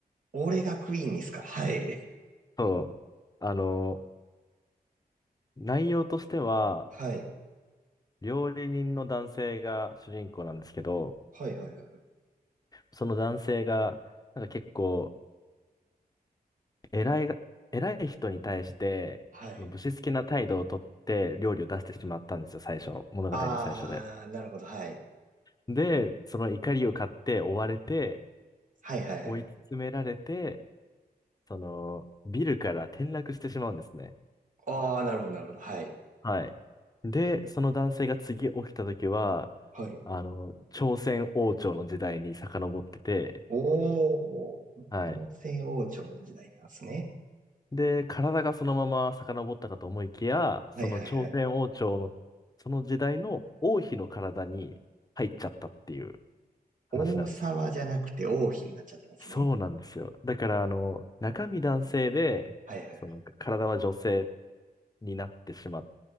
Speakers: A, on the right; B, on the left.
A: 俺がクイーンですかはい。
B: そう。あの、内容としては、
A: はい。
B: 料理人の男性が主人公なんですけど、
A: はいはいはいはい。
B: その男性が、なんか結構、偉いが、偉い人に対して、
A: はい。
B: その武士好きな態度をとって料理を出してしまったんですよ、最初。物語の最初で。
A: あー、なるほど。はい。
B: で、その怒りを買って追われて、
A: はいはいはい。
B: 追い詰められて、その、ビルから転落してしまうんですね。
A: あー、なるほどなるほど。はい。
B: はい。で、その男性が次起きた時は、
A: はい。
B: あの、朝鮮王朝の時代に遡ってて、
A: おー、
B: はい。
A: 朝鮮王朝の時代なんですね。
B: で、体がそのまま遡ったかと思いきや、その朝鮮王朝の、
A: はいはいはい。
B: その時代の王妃の体に入っちゃったっていう話なんですよ。
A: 王様じゃなくて王妃になっちゃったんですね。
B: そうなんですよ。だから、あの、中身男性で、
A: はいはい。
B: その体は女性になってしまっ